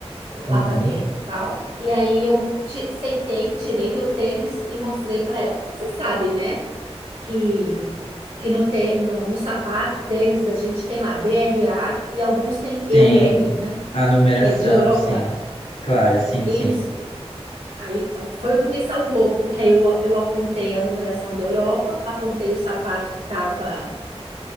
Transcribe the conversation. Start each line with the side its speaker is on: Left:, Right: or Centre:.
Right: Lá
Left: Uhum.
Right: para dentro, e tal. E aí eu ti- sentei, tirei meu tênis e mostrei para ela. Você sabe, né? Que que no, tê- no, no sapato, tênis da gente tem lá B R A e alguns tem
Left: Tem
Right: E U R, né?
Left: a numeração,
Right: Que é de Europa.
Left: sim. Claro, sim,
Right: Isso.
Left: sim.
Right: Aí ah, foi o que me salvou, porque aí eu, eu apontei a numeração da Europa, apontei o sapato que estava